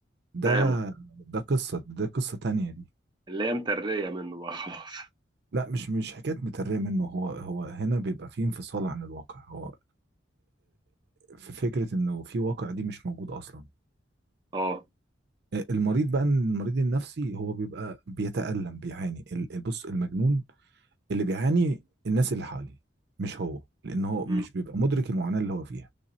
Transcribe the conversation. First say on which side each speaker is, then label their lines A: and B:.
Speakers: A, on the right; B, on the right.
A: ده
B: فاهم
A: ده قصة ده قصة تانية دي
B: اللي هي متريه منه بقى <laughs> خلاص
A: لا مش مش حكاية مترية منه هو هو هنا بيبقى فيه انفصال عن الواقع هو في فكرة انه في واقع دي مش موجود اصلا
B: اه
A: المريض بقى المريض النفسي هو بيبقى بيتألم بيعاني ال- بص المجنون اللي بيعاني الناس اللي حواليه مش هو لان هو مش
B: أمم،
A: بيبقى مدرك المعاناة اللي هو فيها